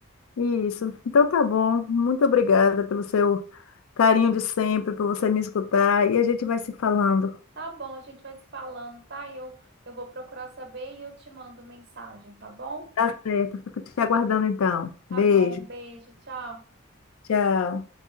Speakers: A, on the left; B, on the right.
A: Sim, isso. Então tá bom. Muito obrigada pelo seu carinho de sempre, por você me escutar. E a gente vai se falando.
B: Tá bom, a gente vai se falando, tá? Eu, eu vou procurar saber e eu te mando mensagem, tá bom?
A: Tá certo. Fico te aguardando então.
B: Tá
A: Beijo.
B: bom, um beijo, tchau.
A: Tchau.